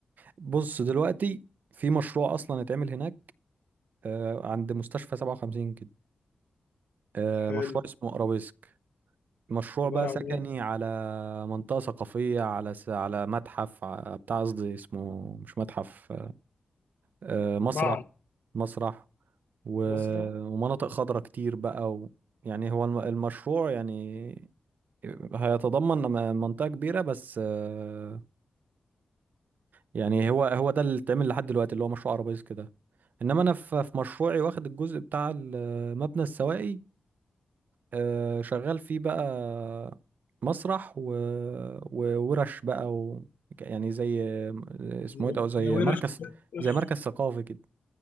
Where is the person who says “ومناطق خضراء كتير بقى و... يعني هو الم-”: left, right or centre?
Right